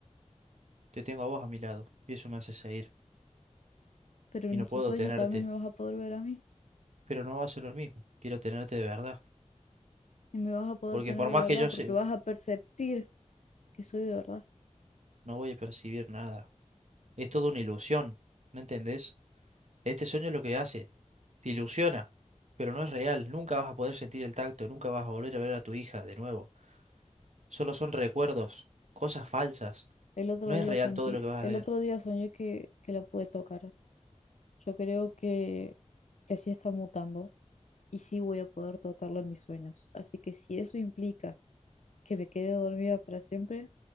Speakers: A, on the right (about 65°); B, on the left (about 70°).
A: te tengo a vos a mi lado y eso me hace seguir.
B: Pero
A: Y
B: en
A: no puedo
B: tus sueños
A: tenerte,
B: también me vas a poder ver a mí
A: pero no va a ser lo mismo. Quiero tenerte de verdad,
B: y me vas a poder
A: porque
B: tener
A: por
B: de
A: más
B: verdad
A: que yo
B: porque
A: sé,
B: vas a perceptir que soy de verdad.
A: no voy a percibir nada. Es toda una ilusión, ¿no entendés? Este sueño es lo que hace. Te ilusiona, pero no es real. Nunca vas a poder sentir el tacto, nunca vas a volver a ver a tu hija de nuevo. Solo son recuerdos, cosas falsas.
B: El otro
A: No es
B: día
A: real
B: sentí,
A: todo lo que vas
B: el
A: a ver.
B: otro día soñé que, que la pude tocar. Yo creo que, que sí está mutando y sí voy a poder tocarla en mis sueños. Así que si eso implica que me quede dormida para siempre,